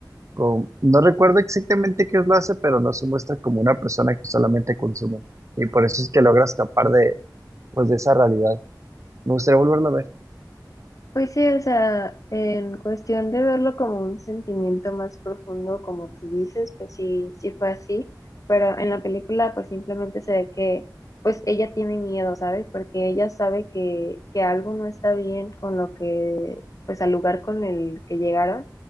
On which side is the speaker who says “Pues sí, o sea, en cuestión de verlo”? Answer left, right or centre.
Left